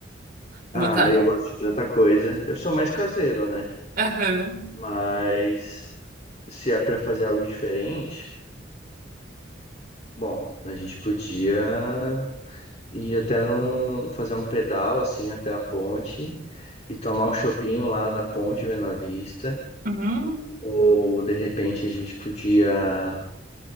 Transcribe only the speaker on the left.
ah, eu gosto de tanta coisa. Eu sou mais caseiro, né?
Mas se é pra fazer algo diferente, bom, a gente podia ir até num, fazer um pedal assim até a ponte e tomar um chopinho lá na ponte vendo a vista.
Ou de repente a gente podia